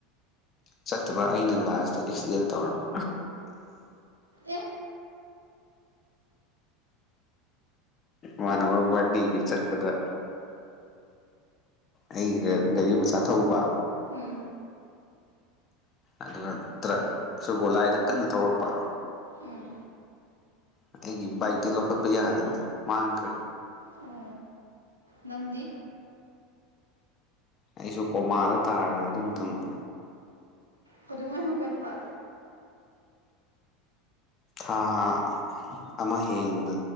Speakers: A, on the left (about 30°); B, on the right (about 80°).
A: ꯆꯠꯇꯕ ꯑꯩꯅ ꯂꯥꯁꯤꯇ ꯑꯦꯛꯁꯤꯗꯦꯟ ꯇꯧꯔꯕ
B: ꯑꯦ
A: ꯋꯥꯅꯅꯕ ꯕꯗꯤꯒꯤ ꯆꯄꯗ ꯑꯩ ꯒꯥꯔꯤ ꯃꯆꯥ ꯊꯧꯕ
B: ꯎꯝ
A: ꯑꯗꯨꯒ ꯇ꯭ꯔꯛ ꯁꯒꯣꯂꯥꯏꯗ ꯀꯟꯅ ꯊꯧꯔꯛꯄ
B: ꯎꯝ
A: ꯑꯩꯒꯤ ꯕꯥꯛꯒꯤ ꯂꯈꯣꯏ ꯄꯦ ꯌꯥꯌꯥ ꯍꯥꯏꯗꯔꯗ ꯃꯥꯡꯥꯡꯈ꯭ꯔꯦ
B: ꯑꯣ ꯅꯪꯗꯤ
A: ꯑꯩꯁꯨ ꯀꯣꯃꯥꯗ ꯇꯥꯔꯕꯅꯦ ꯑꯗꯨ ꯃꯊꯅꯦ
B: ꯈꯨꯗꯉꯩ ꯍꯧꯒꯠꯄ
A: ꯍꯥꯥ ꯍꯥ ꯑꯃ ꯍꯦꯟꯅ